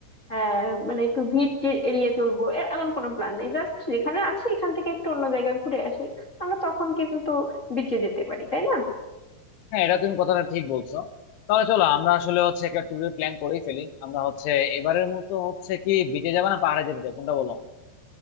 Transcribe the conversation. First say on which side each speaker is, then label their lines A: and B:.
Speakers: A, on the left; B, on the left.
A: আহ মানে একটু ভিড় টিড় এড়িয়ে চলবো এ- এমন কোনো প্ল্যান নেই জাস্ট যেখানে আছি এখান থেকে একটু অন্য জায়গায় ঘুরে আসি আমরা তখন কিন্তু বিচে যেতে পারি তাই না
B: হ্যাঁ এটা তুমি কথাটা ঠিক বলছো তাহলে চলো আমরা আসলে হচ্ছে একটা ট্যুরের প্ল্যান করেই ফেলি আমরা হচ্ছে এবারের মতো হচ্ছে কি বিচে যাবে না পাহাড়ে যেতে যাবো কোনটা বলো